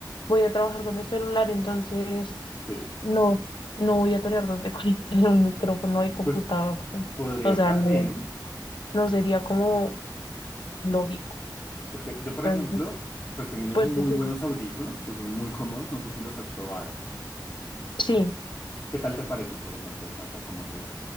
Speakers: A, on the left; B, on the left.
A: voy a trabajar con el celular, entonces
B: sí,
A: no, no voy a tener donde <laughs> conectar un micrófono y computador.
B: pues podría
A: O
B: estar
A: sea, no,
B: bien,
A: no sería como lógico.
B: porque yo, por
A: Entonces,
B: ejemplo, pues tengo unos
A: pues
B: muy
A: porque
B: buenos audífonos que son muy cómodos, no sé si los has probado.
A: sí,
B: ¿Qué tal te parecen, por ejemplo, en cuanto a comodidad?